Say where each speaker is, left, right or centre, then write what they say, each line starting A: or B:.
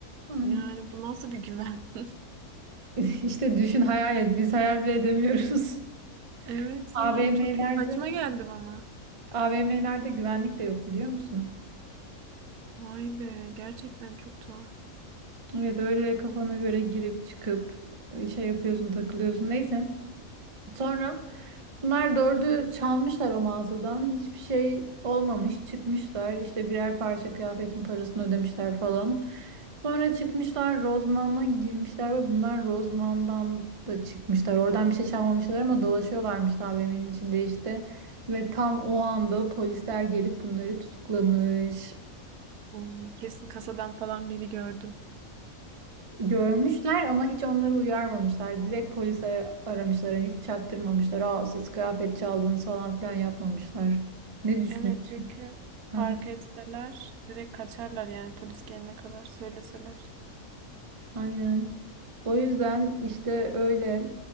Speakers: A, on the right; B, on the right.
A: Aynen.
B: Yani bu nasıl bir güven? <laughs>
A: <laughs> İşte düşün hayal et. Biz hayal bile edemiyoruz.
B: Evet
A: <laughs> AVM'lerde
B: yani çok saçma geldi bana.
A: AVM'lerde güvenlik de yok biliyor musun?
B: Vay be gerçekten çok tuhaf.
A: Evet öyle kafana göre girip çıkıp şey yapıyorsun takılıyorsun. Neyse. Sonra bunlar dördü çalmışlar o mağazadan. Hiçbir şey olmamış. Çıkmışlar. İşte birer parça kıyafetin parasını ödemişler falan. Sonra çıkmışlar Rozman'a girmişler ve bunlar Rozman'dan da çıkmışlar. Oradan bir şey çalmamışlar ama dolaşıyorlarmış AVM'nin içinde işte. Ve tam o anda polisler gelip bunları tutuklamış.
B: Hmm, Kesin kasadan falan biri gördü.
A: Görmüşler ama hiç onları uyarmamışlar. Direkt polise aramışlar. Hani hiç çaktırmamışlar. Aa siz kıyafet çaldınız falan filan yapmamışlar. Ne düşünüyorsun?
B: Evet çünkü
A: Aha,
B: fark etseler direkt kaçarlar yani polis gelene kadar söyleseler.
A: Aynen. O yüzden işte öyle